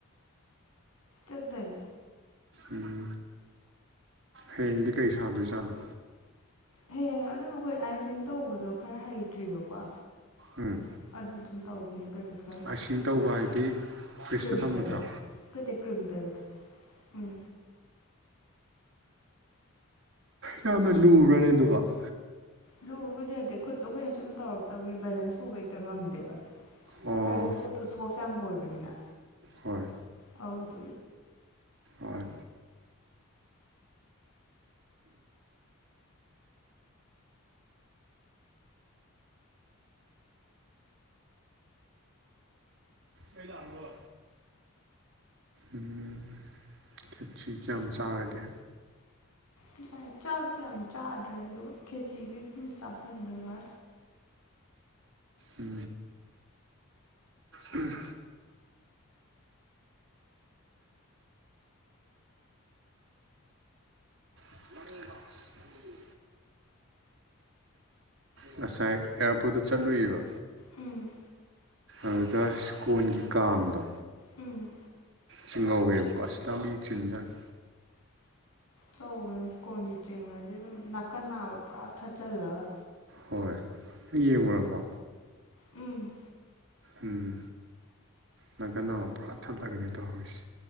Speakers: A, on the left (about 80°); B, on the right (about 55°).
A: ꯠꯇꯅꯦ
B: ꯎꯝ ꯍꯌꯦꯡꯗꯤ ꯀꯩ ꯁꯥꯗꯣꯏꯖꯥꯠꯂꯣ
A: ꯍꯌꯦꯡ ꯑꯗꯨꯝ ꯑꯩꯈꯣꯏ ꯑꯥꯏꯁꯤꯡ ꯇꯧꯕꯗꯣ ꯈꯔ ꯍꯩꯇ꯭ꯔꯤꯕꯀꯣ
B: ꯎꯝ
A: ꯑꯗꯨ ꯑꯗꯨꯝ ꯇꯧꯈꯤꯅꯤ ꯄ꯭ꯔꯁ
B: ꯑꯥꯏꯁꯤꯡ ꯇꯧꯕ ꯍꯥꯏꯗꯤ ꯐ꯭ꯔꯤꯖꯇ
A: ꯀ꯭ꯔꯤꯝ
B: ꯊꯝꯕꯗꯨꯔꯣ
A: ꯇꯥꯏꯕꯗꯨ ꯀꯗꯤ ꯀ꯭ꯔꯤꯝ ꯇꯥꯏꯕꯗꯨ ꯎꯝ
B: ꯌꯥꯝꯅ ꯂꯨꯔꯅꯦ ꯑꯗꯨꯒꯕ
A: ꯂꯨꯕꯕꯨꯗꯤ ꯅꯠꯇꯦ ꯈꯨꯠꯇꯣ ꯑꯩꯈꯣꯏꯅ ꯁꯨꯝ ꯇꯧꯔꯒꯦ ꯇꯕꯒꯤ ꯕꯦꯂꯦꯟꯁ ꯄꯨꯕ ꯍꯦꯛꯇ ꯉꯝꯗꯦꯕ
B: ꯑꯣ
A: ꯍꯥꯏꯗꯤ ꯄꯣꯠꯇꯣ ꯁꯣꯐ ꯌꯥꯝ ꯑꯣꯏꯕꯅꯤꯅ
B: ꯍꯣꯏ
A: ꯍꯥꯎꯗ
B: ꯑꯣ ꯄ ꯍ ꯎꯝ ꯊꯤꯠꯁꯤ ꯀꯌꯥꯝ ꯆꯥꯔꯒꯦ
A: ꯉꯁꯥꯏ ꯆꯥꯛꯇꯣ ꯌꯥꯝ ꯆꯥꯗ꯭ꯔꯦ ꯑꯗꯣ ꯈꯦꯆꯗꯤ ꯑꯗꯨꯝ ꯆꯥꯁꯟꯈ ꯈꯔ
B: ꯎꯝ ꯎꯝ <unintelligible> ꯉꯁꯥꯏ ꯑꯦꯌꯥꯔꯄꯣꯔꯠꯇ ꯆꯠꯂꯨꯏꯌꯦꯕ
A: ꯎꯝ
B: ꯑꯗꯨꯗ ꯁ꯭ꯀꯣꯟꯒꯤ ꯀꯥꯡꯗꯣ
A: ꯎꯝ
B: ꯆꯤꯡ ꯉꯥꯎꯋꯦꯕꯀ ꯑꯥꯁꯇ ꯕꯤꯇꯔꯤꯟꯖꯒꯦ
A: ꯇꯧꯕꯅꯦ ꯁ꯭ꯀꯣꯟꯒꯤ ꯆꯦꯡꯔꯗꯤ ꯑꯗꯨꯝ ꯅꯥꯀꯟ ꯅꯥꯕ ꯄꯨꯔꯥ ꯊꯥꯠꯆꯤꯜꯂꯒ
B: ꯍꯣꯏ ꯌꯦꯡꯂꯡꯉꯨꯔꯕ
A: ꯎꯝ
B: ꯎꯝ ꯅꯪꯀ ꯅ ꯑꯃ ꯄꯨꯔꯥ ꯊꯠꯂꯒꯅꯤ ꯇꯧꯍꯧꯔꯤꯁꯦ